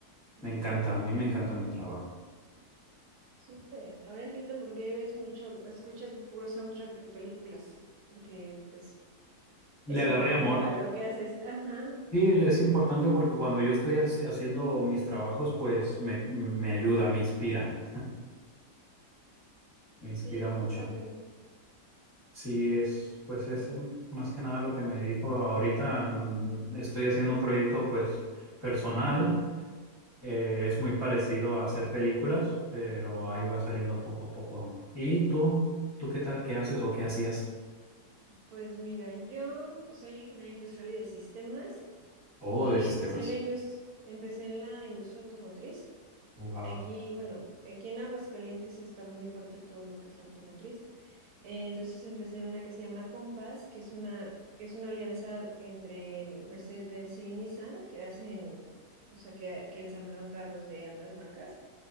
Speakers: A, on the right; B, on the left.
A: oh,
B: Me encanta, a mí me encanta mi trabajo.
A: Súper. Ahora entiendo por qué ves mucho, escuchas puro soundtrack de películas, sí, porque pues
B: Le
A: es
B: agarré
A: importante
B: amor.
A: para lo que haces. Ajá.
B: Sí, es importante porque cuando yo estoy haci- haciendo mis trabajos, pues me, me ayuda, me inspira, me inspira
A: Sí,
B: mucho.
A: qué padre.
B: Sí, es,
A: Muy
B: pues
A: bien.
B: es mm, más que nada lo que me dedico ahorita. mm, Estoy haciendo un proyecto, pues, personal. eh, es muy parecido a hacer películas, pero ahí va saliendo poco a poco. ¿Y tú? ¿Tú qué tal? ¿Qué haces o qué hacías?
A: Pues mira, yo pues soy ingeniera industrial y de sistemas
B: Oh,
A: y
B: de sistemas.
A: empecé en la indus- empecé en la industria automotriz.
B: Wow.
A: Aquí, bueno, aquí en Aguascalientes está muy fuerte todo lo que es la automotriz. Eh, Entonces empecé en una que se llama Compass, que es una que es una alianza entre Mercedes-Benz y Nissan que hacen, o sea, que, que ensamblaban carros de ambas marcas.